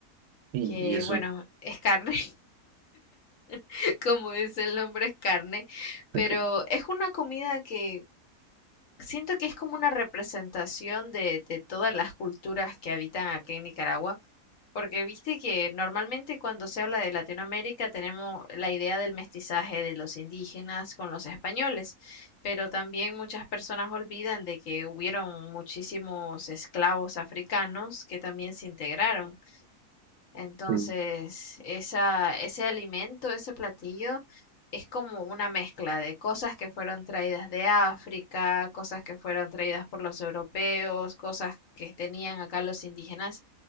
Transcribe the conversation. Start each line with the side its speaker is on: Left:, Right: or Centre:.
Right: Y,
Left: que
Right: y eso.
Left: bueno, es carne, <laughs> como dice el nombre, es carne, pero
Right: Ok.
Left: es una comida que Siento que es como una representación de, de todas las culturas que habitan aquí en Nicaragua, porque viste que normalmente cuando se habla de Latinoamérica tenemos la idea del mestizaje de los indígenas con los españoles, pero también muchas personas olvidan de que hubieron muchísimos esclavos africanos que también se integraron. Entonces,
Right: Sí,
Left: esa, ese alimento, ese platillo, es como una mezcla de cosas que fueron traídas de África, cosas que fueron traídas por los europeos, cosas que tenían acá los indígenas.